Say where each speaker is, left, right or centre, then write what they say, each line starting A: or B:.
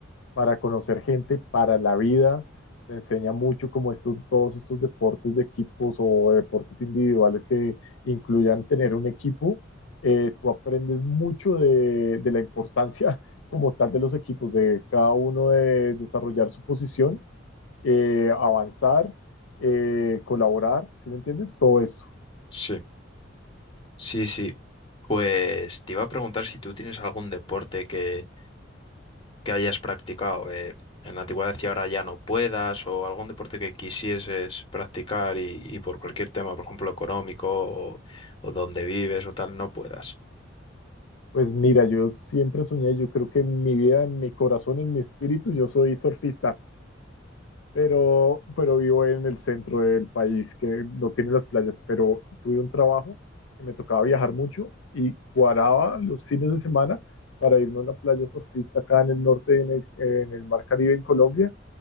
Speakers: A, on the left; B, on the left.
A: para conocer gente, para la vida. Te enseña mucho como estos, todos estos deportes de equipos o deportes individuales que incluyan tener un equipo. Eh, tú aprendes mucho de, de la importancia <laughs> como tal de los equipos, de cada uno de desarrollar su posición, eh, avanzar, eh, colaborar, ¿sí me entiendes? Todo eso.
B: Sí, sí, sí. Pues te iba a preguntar si tú tienes algún deporte que, que hayas practicado eh, en la antigüedad y ahora ya no puedas, o algún deporte que quisieses practicar y, y por cualquier tema, por ejemplo, económico o, o donde vives o tal, no puedas.
A: Pues mira, yo siempre soñé, yo creo que en mi vida, en mi corazón, en mi espíritu, yo soy surfista. pero, pero vivo en el centro del país que no tiene las playas, pero tuve un trabajo que me tocaba viajar mucho y cuadraba los fines de semana para irme a una playa surfista acá en el norte, en el, en el Mar Caribe, en Colombia,